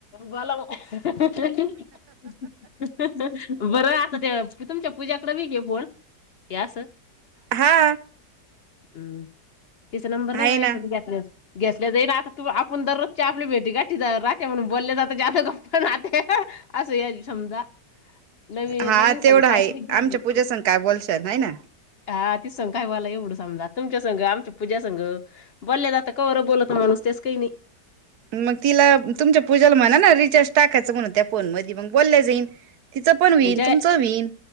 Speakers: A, on the left (about 65°); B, on the right (about 65°).
A: बलाव <unintelligible> बरं आता त्या तुमच्या पूज्याकडे बी घे फोन हे असं?
B: हा.
A: हम्म, तीचा नंबर नाही
B: आहे
A: माझ्याकडं
B: ना
A: तुम्ही घ्या. रोज घेतल्या जाई ना आता तू आपण दररोजच्या आपली भेटी गाठी जरा ते म्हणून बोलले तर जाते गप नाते असं एक समजा नवीन
B: हा
A: नवीन सगळं
B: तेवढं
A: काय
B: आहे
A: तरीच झालय
B: आमच्या पूजा संग काय बोलशाल आहे ना
A: हा ति संग काय मला एवढं समजा तुमच्या संग आमच्या पूजा संग. बोलले द आता कवरं बोलत माणूस तेस काही नाही.
B: मग तिला तुमच्या पूजाला म्हणा ना रिचार्ज टाकायचं म्हणून त्या फोन मध्ये मग बोलल्या जाईन. तीच पण
A: नाही
B: होईल
A: जय
B: तुमचं होईल.